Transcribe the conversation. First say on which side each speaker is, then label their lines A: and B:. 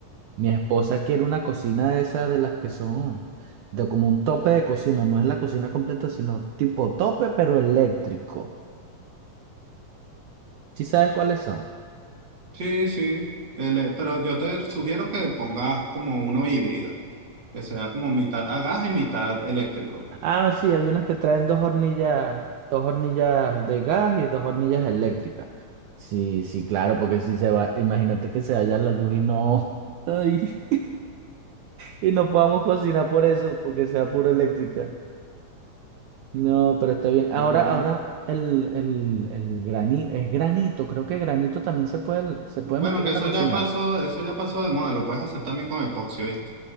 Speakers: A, on the right; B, on the right.
A: Mi esposa quiere una cocina de esas de las que son de como un tope de cocina, no es la cocina completa, sino tipo tope, pero eléctrico. ¿Sí sabes cuáles son?
B: Sí, sí. el, eh, pero yo te sugiero que pongas como uno híbrido, que sea como mitad a gas y mitad eléctrico.
A: Ah, sí, hay unas que traen dos hornillas, dos hornillas de gas y dos hornillas eléctricas. Sí, sí, claro, porque si se va, imagínate que se vaya la luz y no, <laughs> ay, y no podamos cocinar por eso, porque sea puro eléctrica. No, pero está bien. Ahora,
B: Ujú.
A: ahora el, el, el grani- es granito. Creo que granito también se puede, se puede
B: Bueno,
A: meter
B: aunque
A: en
B: eso
A: la cocina
B: ya pasó, eso ya pasó de moda, lo puedes hacer también con epoxi, ¿viste?